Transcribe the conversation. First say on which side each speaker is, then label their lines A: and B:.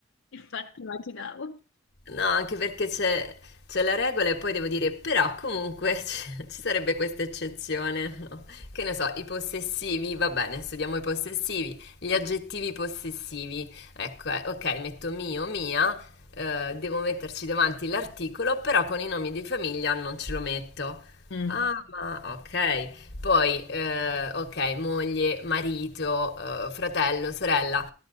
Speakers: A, on the left; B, on the left.
A: Infatti immaginavo.
B: No, anche perché c'è c'è la regola e poi devo dire, però comunque <laughs> c- ci sarebbe questa eccezione, no? Che ne so, i possessivi, va bene, studiamo i possessivi, gli aggettivi possessivi, ecco, eh, ok, metto mio, mia, eh, devo metterci davanti l'articolo, però con i nomi di famiglia non ce lo metto.
A: Mm,
B: Ah, ma ok. Poi, eh, ok, moglie, marito, eh, fratello, sorella,